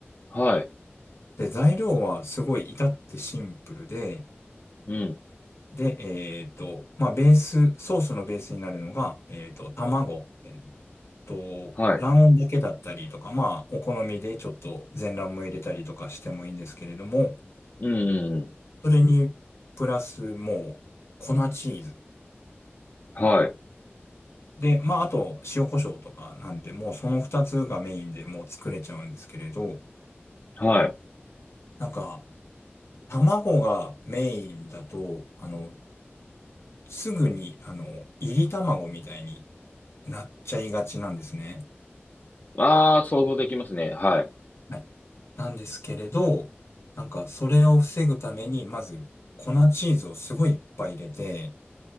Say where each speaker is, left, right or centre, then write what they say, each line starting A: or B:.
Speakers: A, on the left; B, on the left.
A: はい。
B: で、材料はすごい至ってシンプルで、
A: うん。
B: で、えっと、まあ、ベース、ソースのベースになるのが、えっと、卵。と、
A: はい。
B: 卵黄だけだったりとか、まあ、お好みでちょっと全卵も入れたりとかしてもいいんですけれども、
A: うん。うんうん
B: それに、プラスもう、粉チーズ。
A: はい。
B: で、まあ、あと、塩コショウとかなんで、もうその二つがメインでもう作れちゃうんですけれど、
A: はい。
B: なんか、卵がメインだと、あの、すぐに、あの、炒り卵みたいになっちゃいがちなんですね。
A: ああ、想像できますね。はい。
B: はいなんですけれど、なんかそれを防ぐために、まず粉チーズをすごいいっぱい入れて、